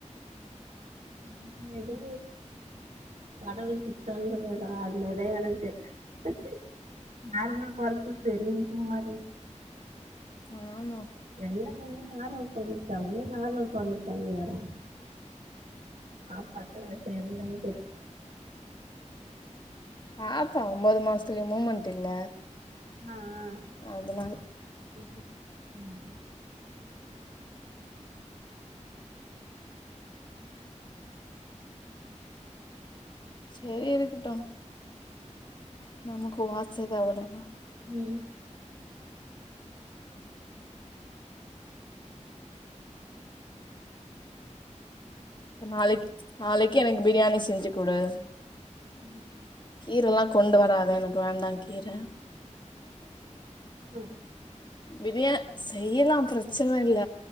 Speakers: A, on the right; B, on the left.
A: ம் எதோ கடவுள் சுத்தொன் சொல்வேன்டா அது மேரி தா எனக்கு செ மேர்மல் கால் பத் தெரியு சும்மாரு
B: ஆமா
A: எல்லா உனுக் நார்மல் பொறந்துச்சா உனுக் நார்மல் பொறந்துச்சா கேகறாங் அ பட்ட கஷ்டொ எனுக்குதானா
B: பாப்போ ஒம்பொது மாஸ்தில்யு மூமண்ட் இல்ல
A: அ அ
B: அதனால
A: ம் ம்
B: சேரி இருக்குட்டு நமக்கு வாச்சது அவளோதா
A: ம்
B: ப்ப நாளக் நாளக்கி எனக்கு பிரியாணி செஞ்சி குடு
A: ம்
B: கீரல்லா கொண்டு வராத எனக்கு வேண்டா கீர
A: என்னா
B: பிரியா செய்யலா பிரச்சன இல்ல